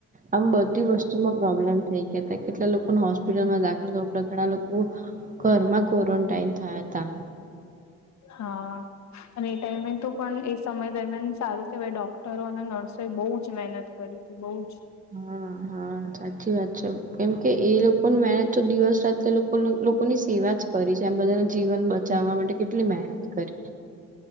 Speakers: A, on the right (about 25°); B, on the left (about 65°).
A: આમ બધી વસ્તુ પ્રોબ્લેમ થઈ ગયા હતા કેટલા લોકોને હોસ્પિટલમાં દાખલ કરવા પડયા તા ઘણા લોકો ઘરમાં ક્વોરન્ટાાઈન થયા ત
B: હા, અને એ ટાઈમે તો પણ એ સમય દરમિયાન સારું થવાય ડોક્ટરો અને નર્સો એ બહુ જ મહેનત કરીબ બો જ
A: હા હા. હા સાચી વાત છે કેમ કે એ લોકો ન મેનેજ તો દિવસ રાત લોકો લોકોની સેવા જ કરી છે એમ બધાને જીવન બચાવવા માટે કેટલી મહેનત કરી